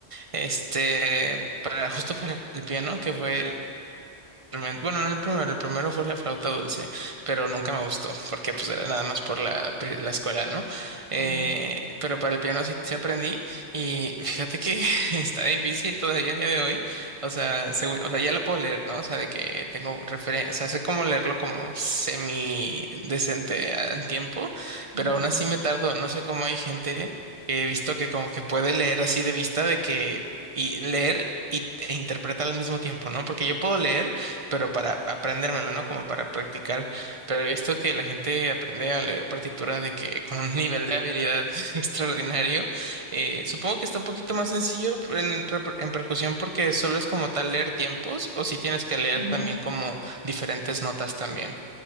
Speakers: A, on the right; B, on the right.
A: Este, para, justo para el piano, que fue realmente- Bueno, no el primero, el primero fue la flauta dulce, pero nunca me gustó, porque pues era nada más por la, pri- la escuela, ¿no? Eh,
B: Ujú,
A: pero para el piano sí, sí aprendí y fíjate que <laughs> está difícil todavía a día de hoy, o sea, según- o sea, ya lo puedo leer, ¿no? O sea, de que tengo referencia, o sea, sé cómo leerlo como semi decente al tiempo,
B: ujú,
A: pero aún así me tardo, no sé cómo hay gente que he visto que como que puede leer así de vista de que y leer y, e interpretar al mismo tiempo, ¿no? Porque yo puedo leer pero para aprendérmelo, ¿no? Como para practicar. Pero esto que la gente aprende a leer partituras de que con un nivel de habilidad <laughs> extraordinario, eh, supongo que está un poquito más sencillo en, reper- en percusión porque solo es como tal leer tiempos o si tienes que leer
B: ujú.
A: también como diferentes notas también.